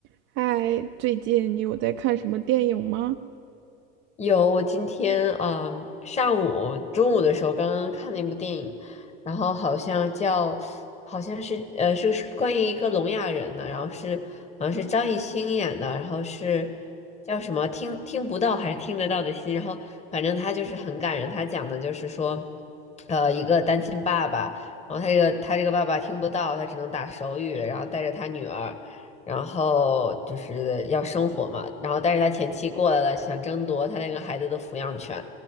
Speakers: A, on the right; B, on the left.
A: 嗨，最近你有在看什么电影吗？
B: 有，我今天呃上午中午的时候刚刚看了一部电影，然后好像叫，好像是呃是是关于一个聋哑人的，然后是好像是张艺兴演的，然后是叫什么听听不到还是听得到的心，然后反正他就是很感人，他讲的就是说，呃一个单亲爸爸，然后他这个他这个爸爸听不到，他只能打手语，然后带着他女儿。然后就是要生活嘛，然后但是他前妻过来了，想争夺他那个孩子的抚养权，